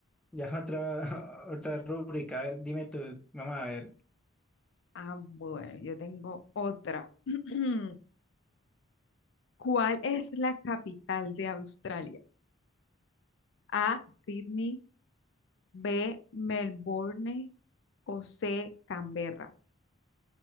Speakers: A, in the centre; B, on the left.
A: ya <laughs> otra, otra rúbrica. A ver, dime tú, vamos a ver.
B: Ah, bueno, yo tengo otra. <clears throat> ¿Cuál es la capital de Australia? A, Sydney, B, Melbourne o C, Canberra.